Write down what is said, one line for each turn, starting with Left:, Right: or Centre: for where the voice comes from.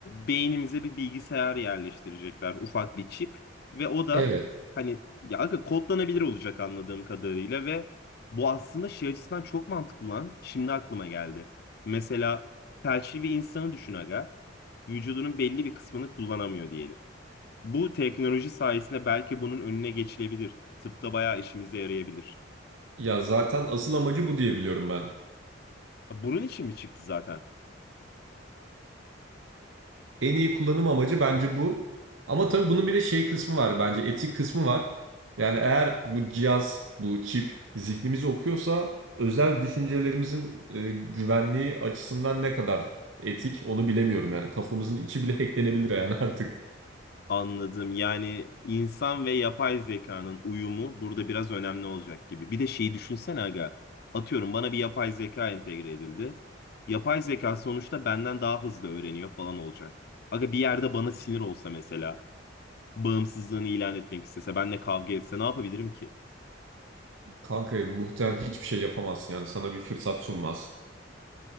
Left: beynimize bir bilgisayar yerleştirecekler. Ufak bir çip. Ve o da
Right: Evet.
Left: hani ya aga kodlanabilir olacak anladığım kadarıyla ve bu aslında şey açısından çok mantıklı lan. Şimdi aklıma geldi. Mesela felçli bir insanı düşün aga. Vücudunun belli bir kısmını kullanamıyor diyelim. Bu teknoloji sayesinde belki bunun önüne geçilebilir. Tıpta bayağı işimize yarayabilir.
Right: Ya zaten asıl amacı bu diye biliyorum ben.
Left: Bunun için mi çıktı zaten?
Right: En iyi kullanım amacı bence bu. Ama tabii bunun bir de şey kısmı var bence etik kısmı var. Yani eğer bu cihaz, bu çip zihnimizi okuyorsa özel düşüncelerimizin e, güvenliği açısından ne kadar etik onu bilemiyorum yani. Kafamızın içi bile hacklenebilir yani <laughs> artık.
Left: Anladım. Yani insan ve yapay zekanın uyumu burada biraz önemli olacak gibi. Bir de şeyi düşünsene aga. Atıyorum bana bir yapay zeka entegre edildi. Yapay zeka sonuçta benden daha hızlı öğreniyor falan olacak. Aga bir yerde bana sinir olsa mesela, bağımsızlığını ilan etmek istese, benimle kavga etse ne yapabilirim ki?
Right: Kanka muhtemelen hiçbir şey yapamazsın yani sana bir fırsat sunmaz.